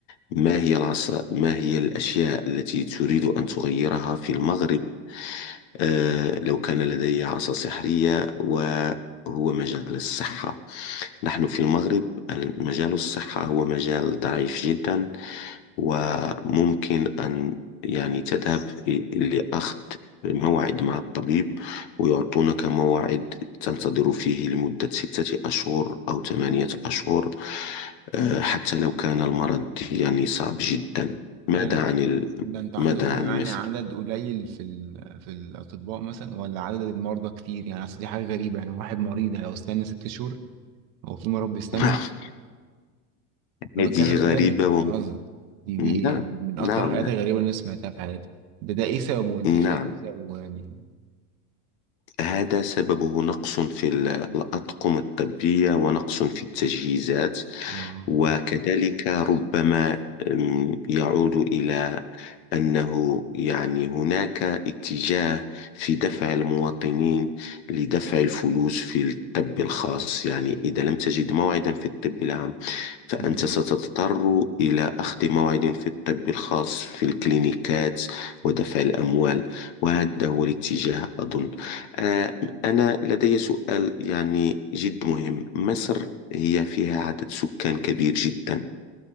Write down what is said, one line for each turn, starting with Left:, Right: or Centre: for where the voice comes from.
Left: ما هي العص... ما هي الأشياء التي تريد أن تغيرها في المغرب آه، لو كان لدي عصا سحرية وهو مجال الصحة نحن في المغرب مجال الصحة هو مجال ضعيف جدا وممكن أن يعني تذهب إ- لأخذ موعد مع الطبيب ويعطونك موعد تنتظر فيه لمدة ستة أشهر أو ثمانية أشهر آه، حتى لو كان المرض يعني صعب جدا ماذا
Right: ده
Left: عن ال...
Right: ده انت عندكم
Left: ماذا عن
Right: يعني
Left: مصر؟
Right: عدد قليل في ال... في الاطباء مثلا ولا عدد المرضى كتير يعني اصل دي حاجه غريبه يعني واحد مريض لو استنى ست شهور هو في مرض بيستنى
Left: <laughs>
Right: انا
Left: هذه
Right: بتكلم
Left: غريبة
Right: بجد مش بهزر دي دي
Left: نعم
Right: دي من اكتر
Left: نعم
Right: الحاجات الغريبه اللي انا سمعتها في حياتي ده ده ايه سببه انت
Left: نعم
Right: شايف ايه سببه يعني
Left: هذا سببه نقص في ال- الأطقم الطبية ونقص في التجهيزات
Right: اه
Left: وكذلك ربما أم، يعود إلى أنه يعني هناك اتجاه في دفع المواطنين لدفع الفلوس في الطب الخاص يعني إذا لم تجد موعدا في الطب العام فأنت
Right: مم.
Left: ستضطر إلى أخذ موعد في الطب الخاص في الكلينيكات ودفع الأموال وهذا هو الاتجاه أظن آه، أنا لدي سؤال يعني جد مهم مصر هي فيها عدد سكان كبير جدا